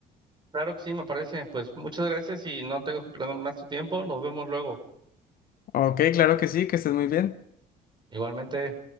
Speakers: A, on the right; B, on the left.
A: Claro que sí, me parece. Pues muchas gracias y no tengo más tu tiempo. Nos vemos luego.
B: Ok, claro que sí, que estés muy bien.
A: Igualmente.